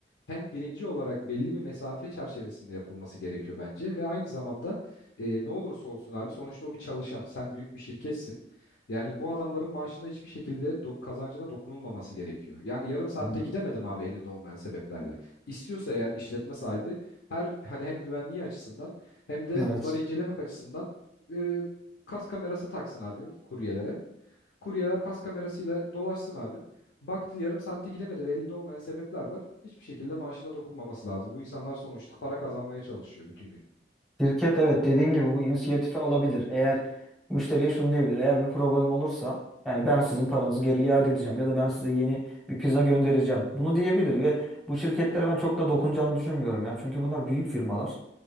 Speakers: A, on the left; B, in the centre.
A: hem birinci olarak belli bir mesafe çerçevesinde yapılması gerekiyor bence ve aynı zamanda e, ne olursa olsun abi sonuçta o bir çalışan sen büyük bir şirketsin. Yani bu adamların maaşında hiçbir şekilde do- kazancına dokunulmaması gerekiyor. Yani yarım saatte
B: Hı.
A: gidemedim abi elinde olmayan sebeplerle. İstiyorsa eğer işletme sahibi her hani hem güvenliği açısından hem de
B: Evet.
A: bunları incelemek açısından e, kas kamerası taksın abi kuryelere. Kuryeler kas kamerasıyla dolaşsın abi. Baktı yarım saatte gidemedi ve elinde olmayan sebepler var. Hiçbir şekilde maaşına dokunmaması lazım. Bu insanlar sonuçta para kazanmaya çalışıyor bütün gün.
B: Şirket evet dediğin gibi bu inisiyatifi alabilir. Eğer müşteriye şunu diyebilir. Eğer bir problem olursa yani ben sizin paranızı geri iade edeceğim ya da ben size yeni bir pizza göndereceğim. Bunu diyebilir ve bu şirketlere ben çok da dokunacağını düşünmüyorum ya. Çünkü bunlar büyük firmalar.